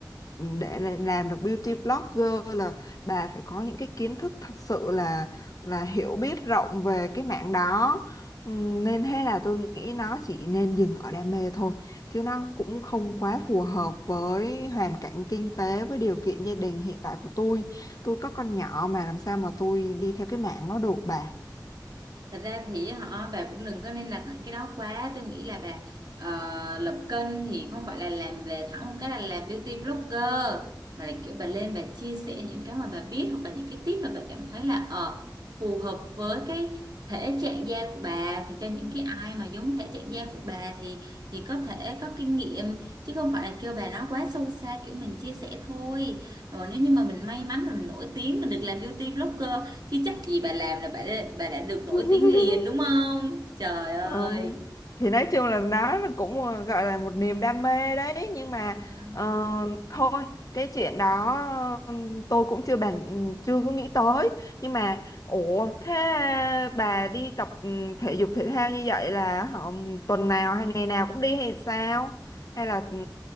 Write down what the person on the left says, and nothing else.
để là- làm được beauty blogger là bà phải có những cái kiến thức thật sự là là hiểu biết rộng về cái mảng đó. Ừ, Nên thế là tôi nghĩ nó chỉ nên dừng ở đam mê thôi chứ nó cũng không quá phù hợp với hoàn cảnh kinh tế với điều kiện gia đình hiện tại của tôi tôi có con nhỏ mà làm sao mà tôi đi theo cái mạng nó được bà
<laughs>
Ừ. Thì nói chung là nó là cũng ờ, gọi là một niềm đam mê đấy nhưng mà
ờ, thôi cái chuyện đó ừ, tôi cũng chưa bàn chưa có nghĩ tới nhưng mà ủa thế bà đi tập ừ, thể dục thể thao như vậy là họ tuần nào hay ngày nào cũng đi hay sao hay là ừ,